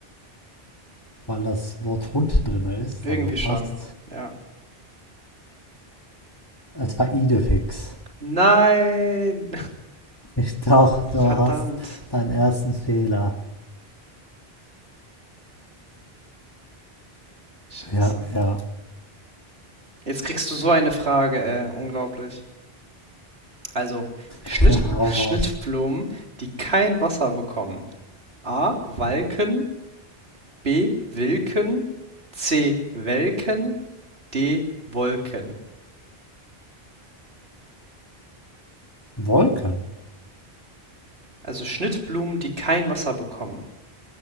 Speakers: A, on the left (about 20°); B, on the right (about 80°).
A: Weil das Wort Hund drin ist,
B: Irgendwie
A: also fast.
B: schon. Ja.
A: Es war Idefix.
B: Nein!
A: Ich dachte,
B: <laughs>
A: du
B: Verdammt.
A: hast deinen ersten Fehler.
B: Scheiße.
A: Ja, ja.
B: Jetzt kriegst du so eine Frage, ey. Unglaublich. Also, Schnittbl
A: <laughs> Hau
B: <laughs> Schnittblumen,
A: raus.
B: die kein Wasser bekommen. A. Walken. B. Wilken, C. Welken, D. Wolken.
A: Wolken.
B: Also Schnittblumen, die kein Wasser bekommen.